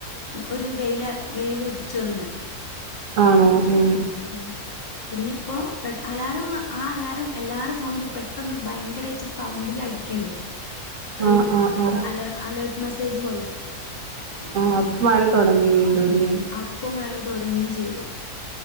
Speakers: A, on the left; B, on the right.
A: ഒരു വെയില വെയില് ഉതിച്ചു വന്ന്
B: ആണോ ഉം
A: ഉം പിന്നെ ഇപ്പോ പെട്ടെ അലാറം ആ അലാറം എല്ലാരെ ഫോണിലും പെട് ട്ടന്ന് ഭയങ്കരയിട്ട് സൗണ്ടില് അടിക്കണ്ട് ഒരു
B: ആഹ് ആഹ് ആഹ്
A: അല അലേർട്ട് മെസ്സേജ് പോലെ
B: ആഹ് അപ്പ മഴ തുടങ്ങി വീണ്ടുല്ലേ
A: അപ്പം മഴ തുടങ്ങിയും ചെയ്തു